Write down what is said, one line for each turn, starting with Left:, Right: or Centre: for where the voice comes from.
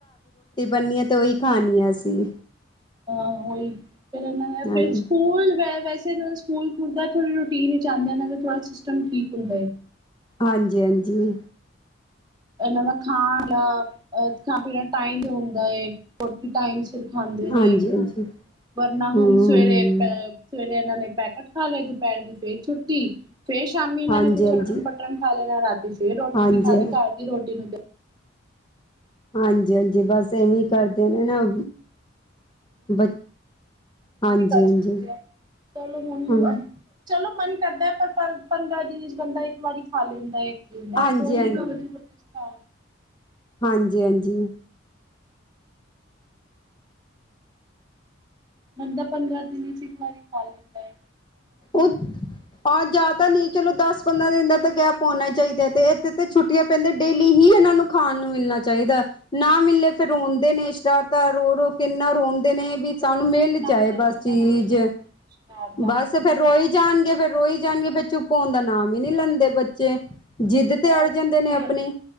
Left: ਪਣੀਆਂ, ਤੇ ਉਹੀ ਖਣੀਆਂ ਅਸੀਂ।
Right: ਹਾਂ ਉਹੀ,, ਫਿਰ ਇਹਨਾਂ ਨੇ
Left: ਹਾਂਜੀ
Right: ਫਿਰ ਸਕੂਲ ਵ ਜਦੋਂ ਸਕੂਲ ਖੁੱਲਦਾ ਥੋੜ੍ਹੀ ਰੋਟੀਨ ਵਿੱਚ ਆਦਾ ਥੋੜਾ ਸਿਸਟਮ ਠੀਕ ਹੋਂ ਜਾਏ।
Left: ਹਾਂਜੀ--ਹਾਜ਼ੀ?
Right: ਇਹਨਾਂ ਦੇ ਖਾਣ--ਪੀਣ ਦਾ ਟਾਈਮ ਹੁੰਦਾ ਏ। ਫਿਰ ਖਾਂਦੇ ਨੇ
Left: ਹਾਂਜੀ ਹਾਂਜੀ
Right: ਵਰਨਾ
Left: ਹਮ
Right: ਹੁਣ ਸਵੇਰੇ ਸਵੇਰੇ ਇਹਨਾਂ ਨੇ ਪੈਕੇਟ ਖਾ ਲਿਆ ਦੁਪਹਿਰ ਦੀ ਫੇਰ ਛੁੱਟੀ ਫੇਰ, ਸ਼ਾਮੀ ਇਹਨਾਂ
Left: ਹਾਂਜੀ
Right: ਨੇ ਕੁੱਛ
Left: ਹਾਂਜੀ
Right: ਅੱਟਰਮ ਪੱਟਰਮ ਖਾ ਲੈਣਾ ਰਾਤੀ ਫੇਰ ਰੋਟੀ
Left: ਹਾਂਜੀ
Right: ਨੀ ਖਾਣੀ, ਘਰ ਦੀ ਰੋਟੀ ਨੂੰ
Left: ਹਾਂਜੀ ਹਾਂਜੀ ਬਸ ਇਵੇਂ ਕਰਦੇ ਨੇ ਨਾ ਬ ਹਾਂਜੀ
Right: ਕੀਕ
Left: ਹਾਂਜੀ
Right: ਸ਼ੁਕਆ ਚਲੋ ਹੁਣ
Left: ਹਾਂਜੀ
Right: ਚਲੋ ਮਨ <inaudible> ਕਰਦਾ ਹੈ ਪਰ ਪੰਦਰਾਂ ਦਿਨ, ਚ ਬੰਦਾ ਇੱਕ ਵਾਰੀ ਖਾ, ਲੈਂਦਾ ਏ? ਇਹ
Left: ਹਾਂਜੀ
Right: ਥੋੜੀ ਖਾਈ ਜਾਓ <inaudible>
Left: ਹਾਂਜੀ--ਹਾਂਜੀ?
Right: ਬੰਦਾ, ਪੰਦਰਾਂ ਦਿਨ ਚ ਇੱਕ ਵਾਰੀ ਖਾ ਲੈਂਦਾ ਹੈ?
Left: ਉਹ ਪੰਜ ਜ਼ਿਆਦਾ ਨਹੀਂ ਚਲੋ ਦਸ? ਪੰਦਰਾਂ ਦਿਨ ਦਾ ਤਾਂ ਗੈਪ ਪਉਣਾ ਚਾਹੀਦਾ, ਤੇ ਇਥੇ ਤੇ ਛੁੱਟੀਆਂ ਪੈਂਦੀ ਡੇਲੀ ਹੀ, ਇਹਨਾਂ ਨੂੰ ਖਾਣ, ਨੂੰ ਮਿਲਣਾ ਚਾਹੀਦਾ। ਨਾ ਮਿਲੇ, ਫਿਰ ਰੋਂਦੇ ਨੇ, ਸ਼ਰਾਰਤ ਰੋ ਰੋ ਕਿੰਨਾ ਰੋਣ ਕਹਿੰਦੇ? ਨੇ, ਵੀ ਸਾਨੂੰ
Right: ਚਲੋ
Left: ਮਿਲ
Right: ਨਾ
Left: ਜਾਏ
Right: ਦਵੋ
Left: ਬਸ
Right: ਇਹਨਾਂ
Left: ਚੀਜ਼?
Right: ਨੂੰ ਤੇ ਰੋਂਦੇ ਨੇ ਸ਼ਰਾਰਤਾਂ
Left: ਬਸ,
Right: ਫਿਰ ਹੋ ਜਾਂਦੀਆਂ
Left: ਫੇਰ ਰੋਈ ਜਾਣਗੇ
Right: ਨੇ।
Left: ਫੇਰ ਰੋਈ ਜਾਣਗੇ। ਫੇਰ ਚੁੱਪ ਹੋਣ ਦਾ ਨਾਮ ਹੀ ਨਹੀਂ ਲੈਂਦੇ। ਬੱਚੇ ਜਿੱਦ ਤੇ
Right: ਹੋਰ
Left: ਅੜ ਜਾਂਦੇ ਨੇ
Right: ਫਿਰ
Left: ਆਪਣੀ